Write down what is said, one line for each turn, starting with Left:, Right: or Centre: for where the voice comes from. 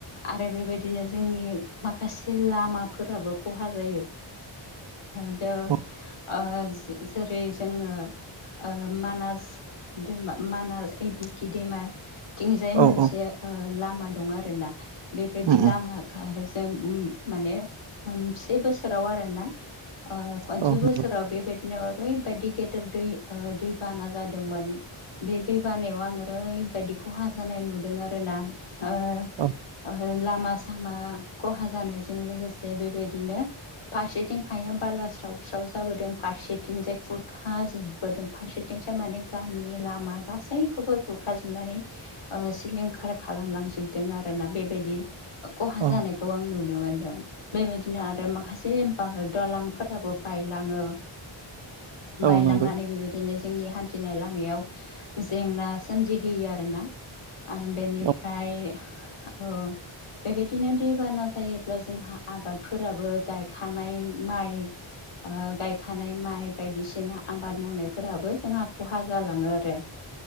Left: आरो बेबायदिनो जोंनि माखासे लामाफोराबो खहा जायो। ओ बेव <unintelligible>
Right: औ
Left: ओ जे जेरै जोङो ओ मानास दैमा मानास <unintelligible> बिकि दैेमाथिंजाय
Right: औ
Left: मोनसे
Right: औ
Left: ओ लामा दं आरोना। बेबायदि
Right: उम उम
Left: लामा खा जोम उम माने मोनसे बोसोराव आरोना ओ खनसे
Right: औ
Left: बोसोराव
Right: नंगौ
Left: बेबायदिनो ओरैबायदि गेदेर दै ओ दैबाना जादोंमोन। बे दै बानायाव आं ओरैबायदि खहा जानाय नुदों आरो ना ओ <unintelligible>
Right: औ
Left: ओ लामा -सामा खहा जानायजों लोगोसे बेबायदिनो फारसेथिं हाया बाला स्राव स्राव जाबोदों फारसेथिंजाय खुरखा जोबबोदों फारसे <unintelligible> थिंसाय माने गामि लामा गासैखौबो गुरखाजुबनानै ओ सिलिंखार खालामलांजोबदों आरोना बेबायदि <unintelligible> खहा
Right: औ
Left: जानाय खौ आं नुनो मोनदों। बेबायदिनो आरो माखासे बा दलांफोराबो बायलाङो
Right: औ
Left: बायलांनानै
Right: नंगौ
Left: बेबायदिनो जोंनि हान्थिनाय लामायाव जेंना सोमजिहोयो आरोना आम बेनिफ्राय
Right: औ
Left: ओ बेबायदिनो दैबाना जायोब्ला जोंहा आबादफोराबो गायखानाय माइ ओ गायखानाय माइ बायदिसिना आबाद मावनायफोराबो जोंहा खहा जालाङो आरो।